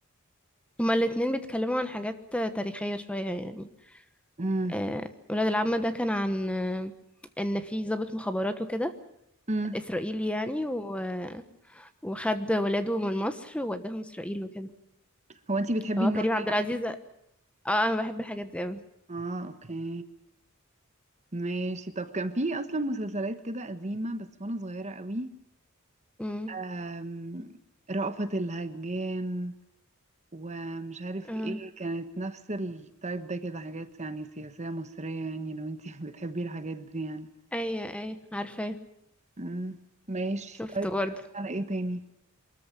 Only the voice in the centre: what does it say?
هما الاتنين بيتكلموا عن حاجات تاريخية شوية يعني
آه، ولاد العم ده كان عن آه، إن في ضابط مخابرات وكده
إسرائيلي يعني و... وخد ولاده من مصر ووداهم إسرائيل وكده
فهو
كريم عبد
العزيز اه أنا بحب الحاجات دي أوي
مم.
اه
أيوة أيوة عارفاه
شفته
برضه